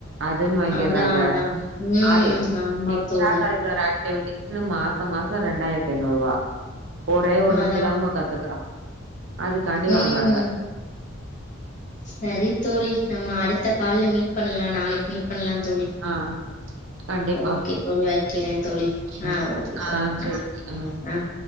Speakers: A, on the right (about 65°); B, on the left (about 40°).
A: அதுன் வாங்கிர்றாங்க
B: அதா அதா ம்
A: ஆய
B: ஆமா
A: எக்ஸ்ட்ரா
B: தோழி
A: கரிக்குலர் ஆக் டிவிட்டி இன்னு மாச மாச ரெண்டாயிரத்தி ஐந்நூறுவா ஒரே ஒன்னு
B: அதா
A: சிலம்ப கத்துக்குறா அது காண்டி
B: ம்
A: வாங்குறாங்க
B: சரி தோழி நம்ம அடுத்த கால்ல மீட் பண்லா நாளைக்கு மீட் பண்லா தோழி
A: ஆ கண்டிப்பா.
B: ஓகே தோழி வக்கிறே தோழி
A: ம்.
B: ஆஹ் ஓகே
A: ஆ
B: தோ
A: சரி.
B: ஆஹ்
A: ஆ.
B: ஆஹ்